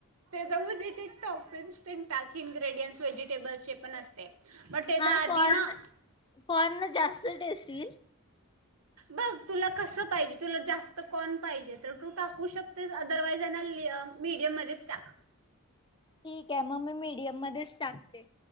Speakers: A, on the right; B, on the left.
A: त्याच्यामध्ये ते टॉफिन्स तेन टाक इनग्रेडियंट्स व्हेजिटेबल्सचे पण असते बट त्याच्या
B: हा
A: आधी
B: कॉर्न
A: ना
B: कॉर्न जास्त टेस्ट... तील
A: बग तुला कसं पाहिजे तुला जास्त कॉर्न पाहिजे तर तू टाकू शकतेस अदरवाईज ना मिडियममध्येच टाक.
B: ठीक आहे मग मी मीडियम मध्येच टाकते.